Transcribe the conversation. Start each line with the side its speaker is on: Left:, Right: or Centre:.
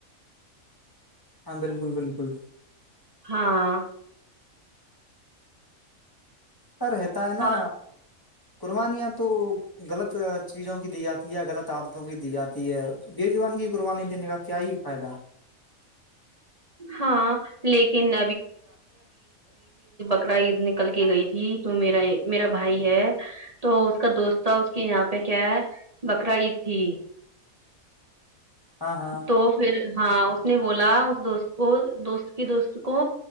Left: ہاں بالکل بالکل
Right: ہاں
Left: سر ہوتا ہے نا
Right: اور
Left: قربانیاں تو غلط چیزوں کی دی جاتی ہے غلط عادتوں کی دی جاتی ہے بےجبان کی قربانی دینے کا کیا ہی فائدہ
Right: ہاں لیکن کرائی اتنی <inaudible> نکل کی گئی تھی تو میرا میرا بھائی ہے تو اس کا دوستتا تھا اس کے یہاں پ پہ کیا ہے بقرا عید تھی
Left: ہاں ہاں
Right: تو پھر ہاں نے بولا اس دوست کو دوست دوست کو